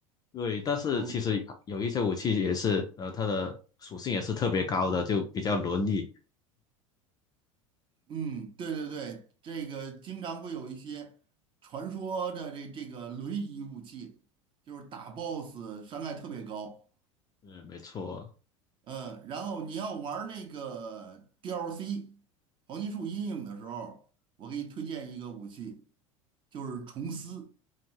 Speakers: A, on the left (about 20°); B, on the right (about 30°).
A: 对，但是其实有一些武器也是，
B: 有，
A: 呃，它的属性也是特别高的，就比较轮椅。
B: 嗯，对对对，这个经常会有一些传说的这这个轮椅武器，就是打 BOSS 伤害特别高，
A: 嗯，没错。
B: 嗯，然后你要玩儿那个 DLC 黄金树阴影的时候，我给你推荐一个武器，就是虫丝。